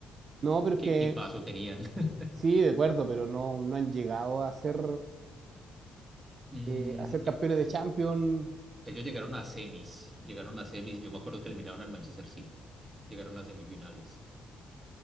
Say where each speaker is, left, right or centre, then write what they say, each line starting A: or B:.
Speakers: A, on the right; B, on the right.
A: No, pero es
B: ¿Qué
A: que
B: equipazo tenían? <laughs>
A: sí, de acuerdo, pero no, no han llegado a ser,
B: Mm,
A: eh, a ser campeones
B: e-
A: de Champions.
B: ellos llegaron a semis. Llegaron a semis. Yo me acuerdo que eliminaron al Manchester City. Llegaron a semifinales.